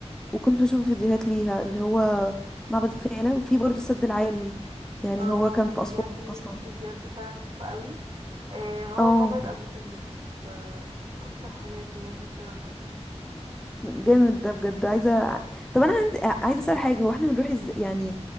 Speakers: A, in the centre; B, on the right (about 45°).
A: وكنت بشوف فيديوهات ليها اللي هو معبد فيلة وفي برضو السد العالي يعني
B: اه
A: هو كان في
B: بجد
A: اسوان
B: نفسي
A: اصلا
B: بجد فعلا اشوفه قوي آه هو
A: اه
B: مامة ابو سمبل ف اكتر حاجات بجد نفسي اروحها
A: جامد ده بجد عايزه طب انا عندي عايزه اسال حاجه هو احنا هنروح ازاي يعني